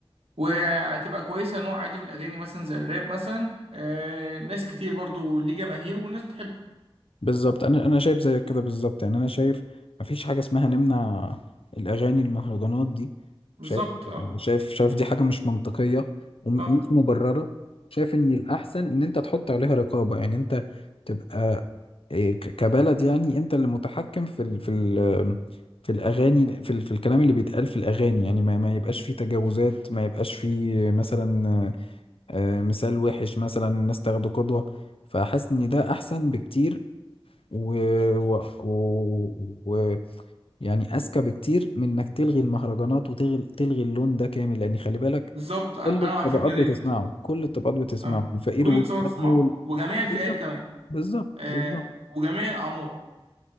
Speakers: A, on the right; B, on the left.
A: وهتبقى كويسة نوع عادي من الأغاني مثلا زي الراب مثلا آه، ناس كتير برضو ليه جماهير والناس بتحبه
B: بالظبط انا انا شايف زيك كده بالظبط يعني انا شايف مفيش حاجه اسمها نمنع الاغاني المهرجانات دي
A: بالظبط
B: شايف
A: اه
B: شايف شايف دي حاجه مش منطقيه ومش
A: اه
B: مبرره شايف ان الاحسن ان انت تحط عليها رقابه يعني انت تبقى إيه، ك- كبلد يعني انت اللي متحكم في ال في ال في الاغاني في ال في الكلام اللي بيتقال في الاغاني يعني ما, ما يبقاش فيه تجاوزات ما يبقاش فيه مثلا آه، مثال وحش مثلا الناس تاخده قدوة فحاسس ان ده احسن بكتير و... و... و... و... يعني اذكى بكتير من انك تلغي المهرجانات وتلغي تلغي اللون ده كامل لان خلي بالك
A: بالظبط أنا
B: كل
A: أنا
B: الطبقات
A: مع الفكرة
B: بتسمعه
A: ديت
B: كل الطبقات بتسمعه
A: اه
B: الفقير
A: كل
B: والغني
A: تصور تسمعه
B: وال...
A: وجميع الفئات
B: بالظبط
A: كمان
B: بالظبط
A: آه
B: بالظبط
A: وجميع الأعمار